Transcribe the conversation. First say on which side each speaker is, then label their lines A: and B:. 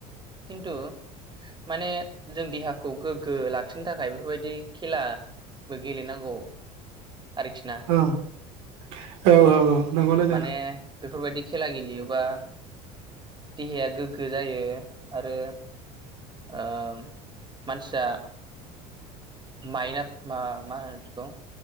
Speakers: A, on the right (about 20°); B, on the right (about 70°).
A: खिन्थु माने जों देहाखौ गोग्गो लाखिनो थाखाय बेफोरबायदि खेलाबो गेलेनांगौ आरोखिना।
B: औ औ औ औ नंगौ लोगो
A: माने बेफोरबायदि खेला गेलेयोबा देहाया गोग्गो जायो आरो ओम मानसिया माइना मा मा होनो बिदिखौ